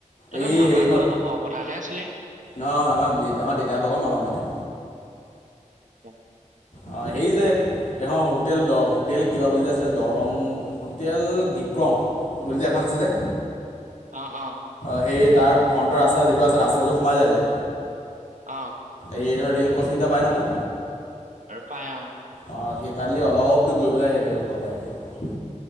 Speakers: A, on the right; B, on the left.
A: তইতাৰ
B: এই
A: মামাৰ
B: হেৰি হয়
A: ঘৰ আকৌ বৰপথাৰতে আছিলে।
B: নহয় আমাৰ আমাৰ দেউতাহ ভাগৰ মামা মানে।
A: আচ্ছা।
B: অ', সেৰি যে এই হোটেল দ হোটেল কিবা বুলি যে আছিলে দৰং হোটেল দিক কং বুলি যে এখন আছে যে।
A: অ', অ',
B: সেই তাৰ ফ্ৰণ্টৰ ৰাস্তা যিটো আছে ৰাস্তাটো সোমাই যায় যে
A: অ',
B: এই ধয় ৰেল ক্ৰচিং এটা পাই নহয়।
A: আৰু পায় অ',
B: অ', সেইফালেদি অলপ দূৰ গৈ পেলাই সেইটো সবাই।